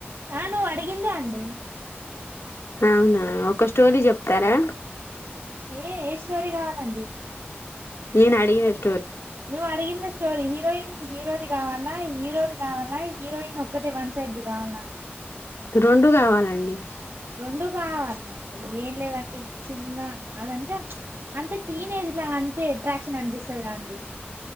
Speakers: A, on the right; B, on the left.
A: ఆ నువ్వు అడిగిందా అండి
B: అవునా ఒక స్టోరీ చెప్తారా
A: ఏ ఏ స్టోరీ కావాలండి
B: నేను అడిగిన స్టో
A: నువ్ అడిగింది స్టోరి మెయిన్ హీరోది కావాల్న హీరోది కావాల్న హీరోయిన్ ఒక్కతే వన్ సైడ్ది కావాల్నా
B: రెండూ కావాలండి
A: రెండు కావాలిండి ఏం లేదండి చిన్న అదంటే అంటే టీనేజ్ అంతే అట్రాక్షన్ అనిపిస్తాది కదా అండి